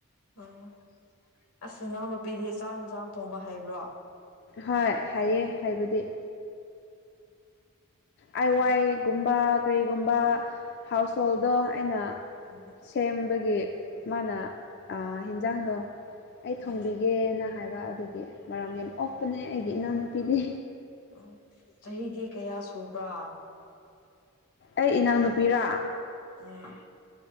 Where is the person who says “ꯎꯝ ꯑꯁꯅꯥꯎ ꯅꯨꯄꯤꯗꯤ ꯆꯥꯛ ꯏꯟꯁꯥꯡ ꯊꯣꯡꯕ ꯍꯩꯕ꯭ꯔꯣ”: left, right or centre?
Left